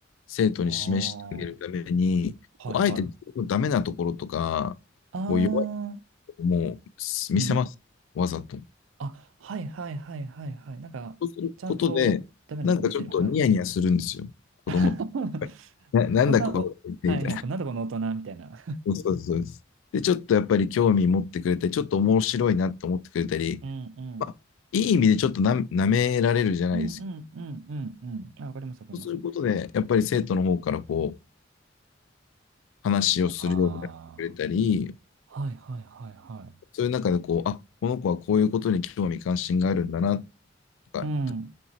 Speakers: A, on the left (about 80°); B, on the right (about 85°).
A: 生徒に示してあげるために、
B: ああー、はいはい。
A: こう、あえて自分のダメなところとか、
B: ああ、
A: こう弱いところも見せます。
B: うん。
A: わざと。
B: あ、はいはいはいはいはい。なんか、
A: そうすることで、
B: ちゃんとダメなとこ見せる。
A: なんかちょっとニヤニヤするんですよ。
B: はい。
A: 子供って。
B: <laughs>
A: な、なんだこの子ってみたいな。
B: こんな、お、はいはい。こんなとこの大人みたいな。
A: そうそうですそうです。で、ちょっとやっぱり興味持ってくれたり、ちょっと面白いなって思ってくれたり、
B: <laughs> うんうん。
A: まあ、いい意味でちょっとな、舐められるじゃないですけ
B: うんうんうんうんうん。あ、わかります、わかります。
A: ど、そうすることで、やっぱり生徒の方からこう、話をするようになってくれたり、
B: ああ、はいはいはいは
A: そういう中でこう、あ、この子はこういうことに興味関心があるんだな、とか、
B: い。うん。